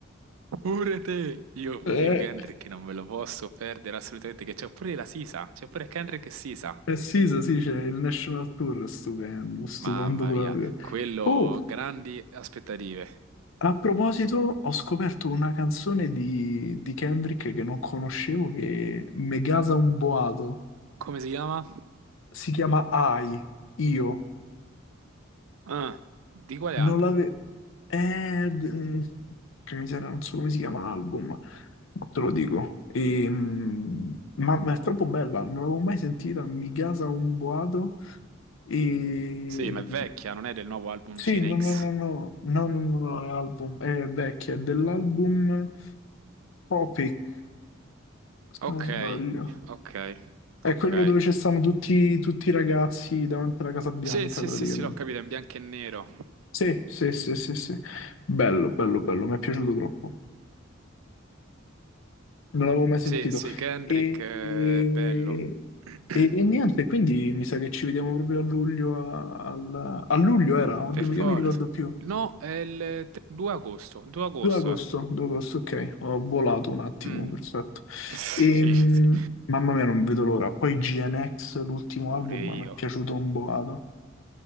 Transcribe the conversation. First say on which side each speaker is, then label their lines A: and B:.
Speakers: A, on the right (about 90°); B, on the left (about 70°).
A: Pure te! Io,
B: Eh,
A: io Kendrick non me lo posso perdere assolutamente, che c'è pure la Sisa, c'è pure Kendrick e Sisa.
B: Precisa, sì, so, sì, c'è il National Tour, stupendo, stupendo
A: Mamma
B: proprio.
A: mia, quello
B: Oh,
A: grandi aspettative.
B: a proposito, ho scoperto una canzone di, di Kendrick che non conoscevo, che me gasa un boato.
A: Come si chiama?
B: Si chiama I, Io.
A: Ah, di quale
B: Non
A: album?
B: l'avevo... Eh, d- mm, che miseria, non so come si chiama l'album, ma te lo dico. E, mm, ma, ma è troppo bella, non l'avevo mai sentita, mi gasa un boato. E
A: Sì, ma è vecchia, non è del nuovo album
B: Sì,
A: Gen
B: no, no,
A: X.
B: no, no, no, no, no, no, è album, è vecchia, è dell'album Topic, se
A: Ok,
B: non sbaglio.
A: ok,
B: È
A: ok.
B: quello dove ci stanno tutti, tutti i ragazzi davanti alla Casa Bianca,
A: Sì, sì,
B: praticamente.
A: sì, sì, l'ho capito, è in bianco e nero.
B: Sì, sì, sì, sì, sì. Bello, bello, bello, mi è piaciuto troppo. Non l'avevo mai sentito.
A: Sì, sì, Kendrick
B: E,
A: eh, è bello. <clears throat>
B: e- e niente, quindi mi sa che ci vediamo proprio a luglio, a, al- a luglio era, oddio,
A: Per forza.
B: mica mi ricordo più.
A: No, è il tre- 2 agosto, 2 agosto.
B: 2 agosto,
A: eh.
B: 2 agosto, ok, ho volato un attimo,
A: Mm.
B: perfetto.
A: <laughs>
B: Ehm,
A: Sì, sì,
B: mamma mia, non vedo l'ora. Poi GNX, l'ultimo
A: pure
B: album,
A: io.
B: mi è piaciuto un boato.